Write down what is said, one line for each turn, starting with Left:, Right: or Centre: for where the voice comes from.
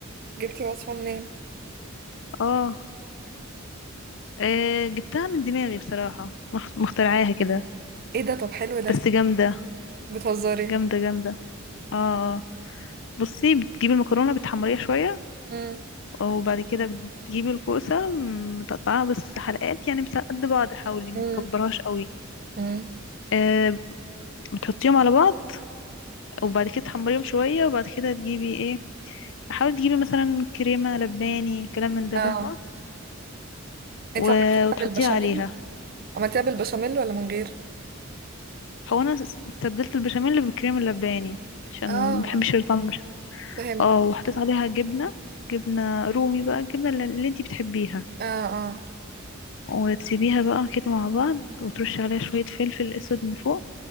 Right: جبتي وصفة منين؟
Left: اه آه، جبتها من دماغي بصراحة مخ- مخترعاها كده
Right: ايه ده طب حلو ده
Left: بس جامدة
Right: بتهزري
Left: جامدة جامدة اه آه. بصي بتجيبي المكرونة بتحمريها شوية
Right: امم
Left: وبعد كده بتجيبي الكوسة م، متقطعاها بس حلقات يعني بس قد بعض حاولي متكبرهاش
Right: امم
Left: قوي
Right: امم
Left: آه بتحطيهم على بعض وبعد كده تحمريهم شوية وبعد كده تجيبي ايه حاولي تجيبي مثلا كريمة لباني كلام من ده
Right: اه
Left: فاهمة و-
Right: انتي عملتيها
Left: وتحطيها
Right: بالبشاميل؟
Left: عليها
Right: عملتيها بالبشاميل ولا من غير؟
Left: هو انا استبدلت البشاميل بالكريم اللباني عشان
Right: اه
Left: ما بحبش طعم البشاميل
Right: فاهم
Left: اه وحطيت عليها جبنه جبنه رومي بقى الجبنه اللي اللي انتي بتحبيها
Right: اه اه
Left: وتسيبيها بقى كده مع بعض وترشي عليها شويه فلفل اسود من فوق